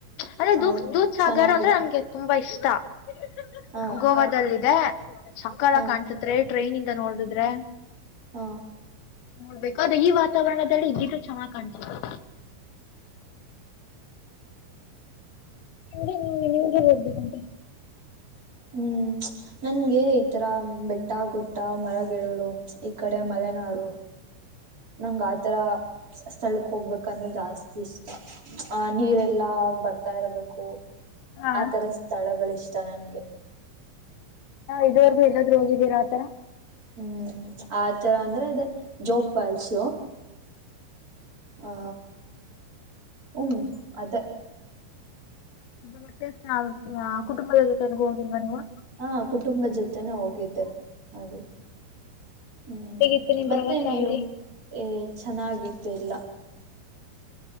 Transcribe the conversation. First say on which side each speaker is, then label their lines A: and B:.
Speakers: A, on the left (about 85°); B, on the right (about 20°).
A: ಅಂದ್ರೊ
B: ಹೌದು
A: ದೂಧ್ ಸಾಗರ್
B: ಚೆನ್ನಾಗಿದೆ
A: ಅಂದ್ರೆ ನಮಗೆ ತುಂಬಾ ಇಷ್ಟ ತ್ತ
B: ಹಾ
A: ಗೋವಾದಲ್ಲಿದೆ ಸಾಕತ್
B: ಹಾ
A: ಕಾಣ್ಸತ್ ಟ್ರೈನ್ ಇಂದ ನೋಡಿದ್ರೆ
B: ಹಾ
A: ನೋಡ್ಬೇಕು ಈ ವಾತಾವರಣದಲ್ಲಿ ಇದದು ಚೆನ್ನಾಗ ಕಾಣ್ಸ್ತಿದೆ ನಿಮಗೆ ನಿಮ್ಗೆ ನ್ ಹೋಗ್ಬೇಕುಂತ
B: ಹ್ಮ್ ನನ್ಗೆ ಈತರ ಬೆಟ್ಟ ಗುಟ್ಟ ಮರಗಿಡಗಳು ಈ ಕಡೆ ಮಲೆನಾಡು ನಂಗ ಆತರ ಸ್ಥಳಕ್ ಹೋಗ್ಬೇಕಂದ್ರೆ ಜಾಸ್ತಿ ಇಷ್ಟ ಆ ನೀರೆಲ್ಲಾ ಬರ್ತ ಬರ್ತಾ ಇರ್ಬೇಕು
A: ಹಾ
B: ಆತರ ಸ್ಥಳಗಳೆಷ್ಟ ಇಸ್ಟ ನನ್ಗೆ
A: ಇದವರ್ಗು ಎಲ್ಲಾದ್ರು ಹೋಗಿದ್ದೀರ ಆತರ
B: ಹ್ಮ್ ಆತರ ಅಂದ್ರೆ ಅದೇ ಜೋಕ್ ಫಾಲ್ಸ್ ಹಾ ಹ್ಮ್ ಅದ
A: ಮತ್ತೆ ಮತ್ತೆ ಕುಟುಂಬದ ಜೊತೆ ಹೋಗಿಲ್ವಾ ನೀವು
B: ಹಾ ಕುಟುಂಬ ಜೊತೆನೆ ಹೋಗಿದ್ದೆ ಅದು ಹ್ಮ್
A: ಹೇಗಿತ್ತು ನಿಮ್
B: ಮತ್ತೆ
A: ಪ್ರವಾಸ
B: ನೀವು
A: ಅಲ್ಲಿ
B: ಎ ಚೆನ್ನಾಗಿ ಇಲ್ಲ